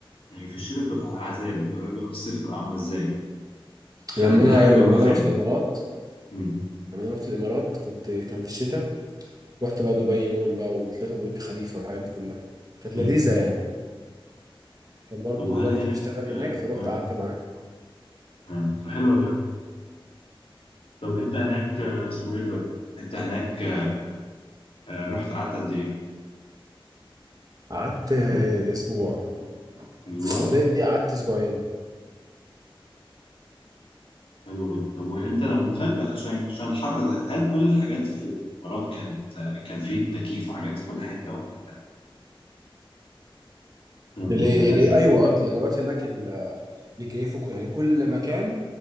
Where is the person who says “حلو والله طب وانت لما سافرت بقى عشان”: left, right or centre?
Left